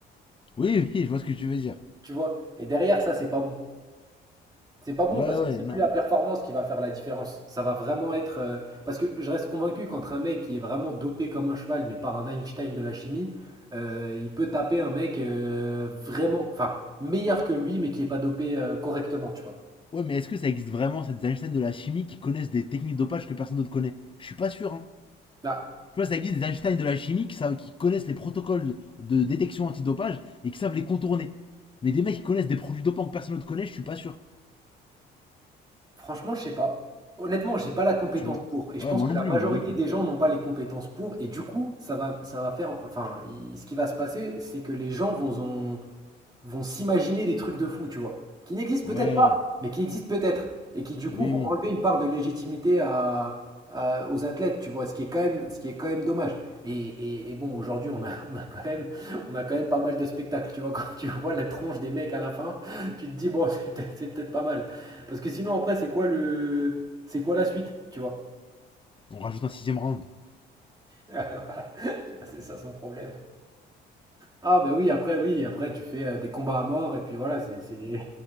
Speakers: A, on the left; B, on the right.
A: Oui oui je vois ce que tu veux dire.
B: tu vois. Et derrière ça c'est pas bon. C'est pas bon
A: Ouais
B: parce
A: ouais
B: que c'est
A: non.
B: plus la performance qui va faire la différence. Ça va vraiment être, euh, parce que je reste convaincu qu'entre un mec qui est vraiment dopé comme un cheval, mais par un Einstein de la chimie, euh, il peut taper un mec euh, vraiment, enfin meilleur que lui, mais qui est pas dopé euh, correctement, tu vois.
A: Ouais mais est-ce que ça existe vraiment cette Einstein de la chimie qui connaissent des techniques de dopage que personne d'autre connaît Je suis pas sûr hein.
B: Bah,
A: Tu vois, ça existe des Einstein de la chimie qui, savent- qui connaissent les protocoles de détection antidopage et qui savent les contourner. Mais des mecs qui connaissent des produits dopants que personne ne connaît, je suis pas sûr.
B: Franchement, je sais pas. Honnêtement, j'ai pas la compétence
A: Tu vois
B: pour. Et je
A: Ouais,
B: pense
A: moi
B: que
A: non
B: la
A: plus,
B: majorité
A: moi non plus.
B: des gens n'ont pas les compétences pour. Et du coup, ça va, ça va faire. Enfin, il- ce qui va se passer, c'est que les gens vont, vont s'imaginer des trucs de fou, tu vois, qui n'existent
A: Ouais,
B: peut-être
A: ouais,
B: pas,
A: ouais.
B: mais qui existent peut-être, et qui du
A: oui,
B: coup vont
A: oui.
B: enlever une part de légitimité à, à- aux athlètes, tu vois, ce qui est quand même, ce qui est quand même dommage. Et, et- et bon, aujourd'hui, on a, <laughs> on a quand même, on a quand même pas mal de spectacles, tu vois, quand tu vois la tronche des mecs à la fin, tu te dis, bon, <laughs> c'est peut-être, c'est peut-être pas mal. Parce que sinon, après, c'est quoi le, c'est quoi la suite, tu vois? <laughs>
A: On rajoute un sixième round.
B: Voilà. Tu vois, c'est ça son problème. Ah bah oui, après oui, après tu fais euh, des combats à mort et puis voilà, c'est c'est-